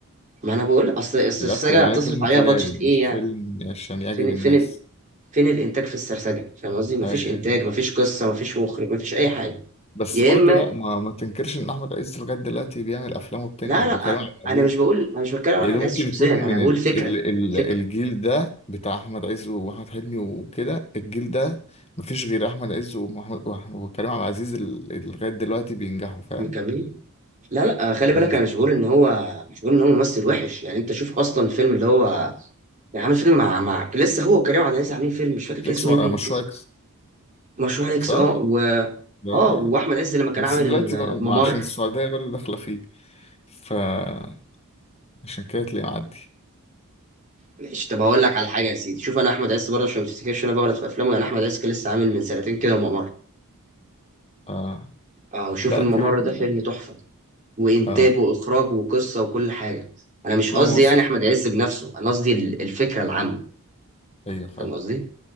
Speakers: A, on the right; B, on the left.
A: ما انا بقول اصل السرسجه
B: لا يعني
A: هتصرف
B: فيلم
A: عليها
B: تجاري
A: بادجت
B: مش
A: ايه يعني
B: فيلم عشان يعجب
A: فين
B: الناس
A: فين ال- فين الانتاج في السرسجه فاهم قصدي مفيش
B: ايوه
A: انتاج
B: أيوة.
A: مفيش قصه مفيش مخرج مفيش اي حاجه
B: بس
A: يا
B: برضو
A: اما
B: لا ما, ما تنكرش ان احمد عز لغايه دلوقتي بيعمل افلام وبتنجح
A: لا لا
B: وكريم عبد العزيز
A: انا مش بقول انا مش بتكلم على
B: يعني
A: احمد
B: ده ممكن
A: عز شخصيا
B: يكون من
A: انا بقول
B: ال...
A: فكره
B: ال... ال...
A: فكره
B: الجيل ده بتاع احمد عز واحمد حلمي وكده الجيل ده مفيش غير احمد عز ومحمود وأح- وكريم عبد العزيز ال- اللي لغايه دلوقتي بينجحوا فاهم
A: مكمل لا لا خلي
B: مم.
A: بالك انا مش بقول ان هو مش بقول ان هو ممثل وحش يعني انت شوف اصلا الفيلم اللي هو يعني عامل فيلم مع مع لسه هو وكريم عبد العزيز عاملين فيلم مش فاكر كان
B: اكس
A: اسمه
B: م-
A: ايه
B: آه،
A: باين
B: مشروع
A: كان اسمه
B: اكس
A: مشروع اكس
B: صح
A: اه و...
B: ده
A: اه واحمد عز لما كان
B: بس
A: عامل
B: دلوقتي
A: الممر
B: بقى ما عشان السعوديه برضه داخله فيه فعشان كده تلاقيه معدي
A: ماشي طب هقول لك على حاجه يا سيدي شوف انا احمد عز برضه عشان ما تفتكرش انا بغلط في افلامه يعني احمد عز كان لسه عامل من سنتين كده الممر
B: آه.
A: اه وشوف
B: لا
A: الممر
B: كده كده
A: ده فيلم تحفه وانتاج
B: اه
A: واخراج وقصه وكل حاجه انا مش
B: كله
A: قصدي
B: مصري
A: يعني احمد عز بنفسه انا قصدي ال- الفكره العامه
B: ايوه فاهم
A: فاهم قصدي